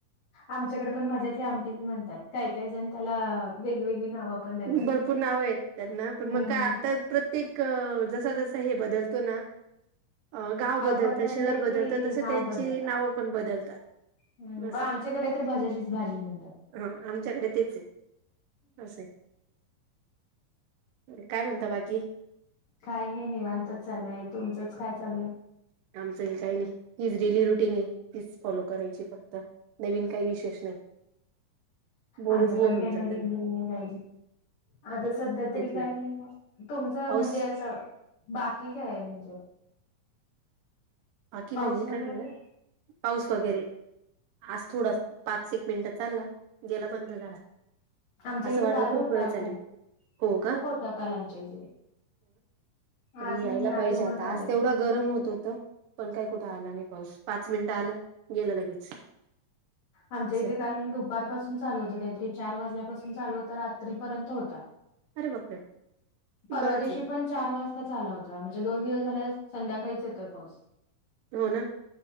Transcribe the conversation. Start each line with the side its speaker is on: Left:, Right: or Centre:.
Left: आमच्याकडे पण भाज्यांची ते आमटीच म्हणतात काय काय जण त्याला वेगवेगळी नावं पण देतात
Right: भरपूर नावं आहेत त्यांना पण
Left: हम्म
Right: मग का आता प्रत्येक जसा जसा हे बदलतो ना. अ गाव बदलतं
Left: बदललं
Right: शहर बदलतं
Left: की
Right: तसे
Left: नाव
Right: त्यांची
Left: बदललं
Right: नावं पण बदलतात. <inaudible>
Left: हम्म पण आमच्याकडे
Right: स
Left: तर भाज्याचीच भाजी म्हणतात
Right: ह आमच्याकडे तेच आहे. हां से. अ काय म्हणता बाकी?
Left: काय नाही निवांतच चालू आहे तुमचंच काय चालू आहे?
Right: आमचं हे काही नाही हीच डेली रुटीन आहे तीच फॉलो करायची फक्त. नवीन काही विशेष नाही. बोरिंग
Left: आमचं
Right: बोर
Left: पण
Right: होऊन
Left: काही
Right: जातात
Left: नाही
Right: ते
Left: नाही. आता सध्या तरी
Right: तेच
Left: काय
Right: ना
Left: नाही तुमचं
Right: पाऊस
Left: म्हणजे अस. बाकी काय आहे म्हणजे.
Right: बाकी
Left: पाऊस
Right: म्हणजे
Left: वगैरे
Right: काय म्हणला पाऊस वगैरे. आज थोडा पाच एक मिनिटं चालला गेला बंद झाला.
Left: आमच्या
Right: असं
Left: इथे
Right: वाटलं
Left: काल होता
Right: वेळ चालेल
Left: खूप
Right: हो का
Left: खूप होता काल आमच्या इथे.
Right: तरी
Left: आज
Right: यायला
Left: नाही आज
Right: पाहिजे
Left: ऊनच
Right: आता
Left: आलंय
Right: आज तेवढं. गरम होत होत पण काय कुठे आला नाही पाऊस पाच मिनिट आलं गेलं लगेच.
Left: आमच
Right: असं
Left: इथे
Right: आहे.
Left: काल दुपारपासून चालू होतं काहीतरी चार वाजल्यापासून चालू होतं रात्रीपर्यंत होता.
Right: अरे बापरे
Left: <inaudible> परवा
Right: बरंच
Left: दिवशी
Right: आहे
Left: पण. चार वाजता चाला होता म्हणजे दोन दिवस झाल्या संध्याकाळीच येतोय पाऊस.
Right: हो ना.